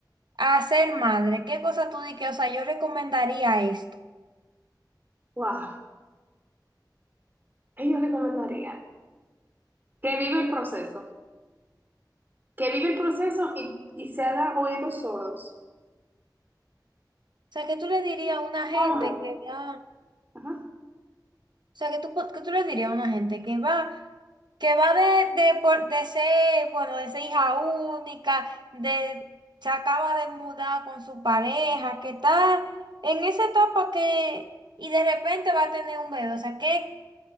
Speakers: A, on the right; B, on the right.
A: a ser madre, ¿qué cosa tú dices? O sea, yo recomendaría esto. O
B: Wow, ¿qué yo recomendaría? Que vive el proceso. Que vive el proceso y, y se haga oídos sordos.
A: sea, que tú le dirías a una gente
B: ¿Cómo?
A: que, ah,
B: Ajá.
A: O sea, que tú, po- que tú le dirías a una gente que va, que va de, de, por- de ser, bueno, de ser hija única, de, se acaba de mudar con su pareja, que está en esa etapa que, y de repente va a tener un bebé. O sea, ¿qué,